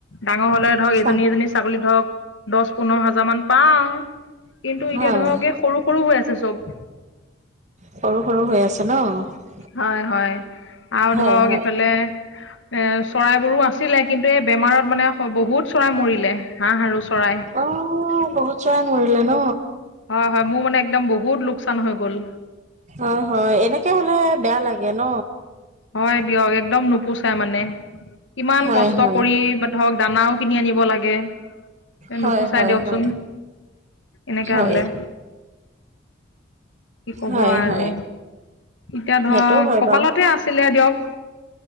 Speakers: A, on the left (about 70°); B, on the right (about 40°).
A: ডাঙৰ হলে ধৰক
B: চাহ
A: এজনী এজনী ছাগলী ধৰক দহ পোন্ধৰ হাজাৰ মান পাওঁ। কিন্তু এতিয়া
B: হয়
A: ধৰকে সৰু সৰু হৈ আছে চব
B: সৰু সৰু হৈ আছে ন?
A: হয় হয় আৰু
B: হয়
A: ধৰক
B: হয়।
A: এইফালে এ চৰাই বোৰো আছে আছিলে কিন্তু এই বেমাৰত মানে বহুত চৰাই মৰিলে হাঁহ আৰু চৰাই
B: অ' বহুত চৰাই মৰিলে ন?
A: হয় হয় মোৰ মানে একদম বহুত লোকচান হৈ গ'ল
B: অ হয় এনেকে হলে বেয়া লাগে ন
A: হয় দিয়ক একদম নুপোচাই মানে কিমান
B: হয়
A: কষ্ট
B: হয়।
A: কৰি বা ধৰক দানাও কিনি আনিব লাগে। এ
B: হয়
A: নোপোচাই
B: হয়
A: দিয়কচোন
B: হয়
A: এনেকাে
B: হয়
A: হলে কি কব
B: হয়
A: আৰু
B: হয়
A: এতিয়া
B: সেইটোও
A: ধৰ
B: হয়
A: কপালতে
B: বাৰু।
A: আছিলে দিয়ক